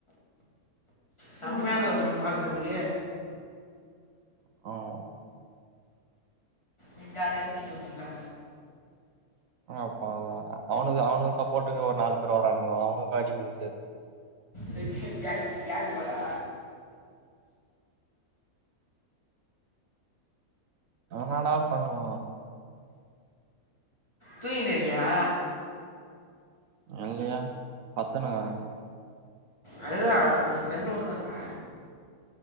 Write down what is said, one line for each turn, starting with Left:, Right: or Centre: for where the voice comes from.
Left: செமயாந்திருக்குமே பாக்குறதுகு
Right: ஒள
Left: நீங்க ஆலச்சிட்டு வந்தீங்களா
Right: அப்பத அவனுக்கு அவனுக்கு சப்போர்ட்டுக்கு ஒரு நாலு பேர் வரானுங்க அவனுக்கு அடிவுலந்துச்சு
Left: க கேக்கு கேக் வரா
Right: ஒன்னொன்னா பண்ணுவோ
Left: தூங்கினுறுக்கியா
Right: இல்லையே பத்துனுக்குரே
Left: அதுதா ரெண்டு ஒன்னு தாண்டா